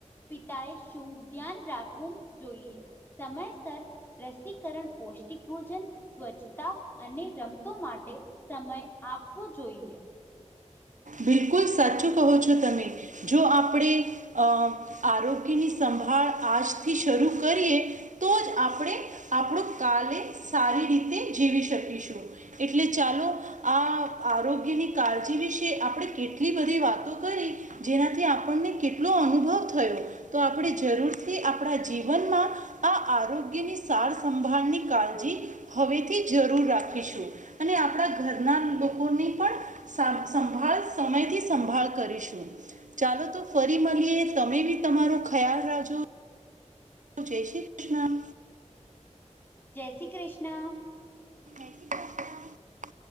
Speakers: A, on the left; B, on the right.
A: પિતાએ શું ધ્યાન રાખવું જોઈએ સમયસર રસીકરણ પૌષ્ટિક ભોજન સ્વચ્છતા અને રમતો માટે સમય આપવો જોઈએ.
B: બિલકુલ સાચું કહ્યું છું તમે. જો આપણે અ આરોગ્યની સંભાળ આજથી શરૂ કરીએ તો જ આપણે આપણો કાલે સારી રીતે જીવી શકીશું એટલે ચાલો આ આરોગ્યની કાળજી વિશે આપણે કેટલી બધી વાતો કરી. જેનાથી આપણને કેટલો અનુભવ થયો. તો આપણે જરૂરથી આપણા જીવનમાં આ આરોગ્યની સાર સંંભાળની કાળજી હવેથી જરૂર રાખીશું અને આપણા ઘરના લોકોને પણ સા સંભાળ સમયથી સંભાળ કરીશું. ચાલો તો ફરી મળીએ તમે બી તમારો ખ્યાલ રાજો. જય શ્રી કૃષ્ણ.
A: જય શ્રી કૃષ્ણ.
B: હા.